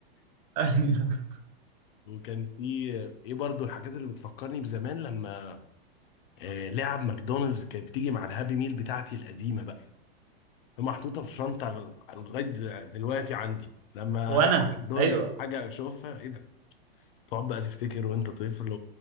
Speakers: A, on the right (about 40°); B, on the left (about 60°).
A: <laughs>
B: <laughs> وكان في ايه برضو الحاجات اللي بتفكرني بزمان لما آه لعب ماكدونالدز كانت بتيجي مع الهابي ميل بتاعتي القديمه بقى محطوطه في شنطه ل- لغايه د- دلوقتي عندي لما
A: وانا
B: افتح الدرج
A: ايوه
B: على حاجه اشوفها ايه ده تقعد بقى تفتكر وانت طفل